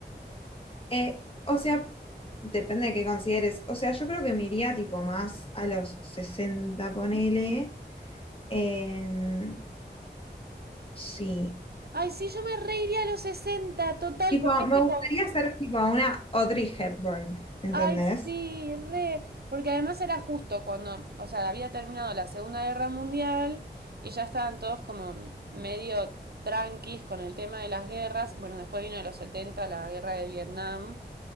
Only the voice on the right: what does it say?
Ay, sí, yo me reiría a los 60, total,
porque
es tipo.
Ay, sí, re. Porque además era justo cuando. O sea, había terminado la Segunda Guerra Mundial y ya estaban todos como medio tranquis con el tema de las guerras. Bueno, después vino de los 70, la guerra de Vietnam.